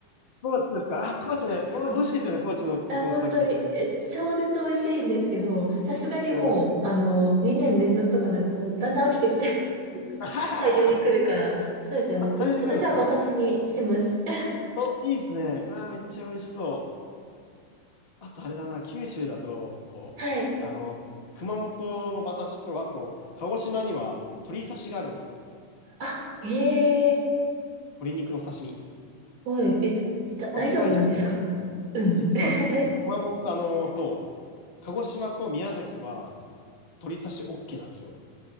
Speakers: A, on the left (about 65°); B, on the right (about 50°).
A: 高知ですかあ、高知ね。
B: そう。
A: お、美味しいですよね、高知のカツ丼の時ね。
B: あ、本当に、え、超絶美味しいんですけど、さすがにもう、
A: うん。
B: あの、2年連続とかなると、だんだん飽きてきて
A: <laughs> あははは
B: 大量に来るから、そうですね、もうこ、
A: あ、大量に来るんですか
B: 今年は馬刺しにします。<laughs>
A: お、いいですね。うわー、めっちゃ美味しそう。あとあれだな、九州だと、
B: はい。
A: あの、熊本の馬刺しと、あと、鹿児島には鶏刺しがあるんですよ。
B: あ、ええー、
A: 鶏肉の刺身。
B: おい、え、だ、大丈夫なんですか
A: 危ないじゃん。
B: うん。
A: 実はですね、
B: <laughs> 大、
A: 熊本、あの、そう、鹿児島と宮崎は鶏刺し OK なんですよ。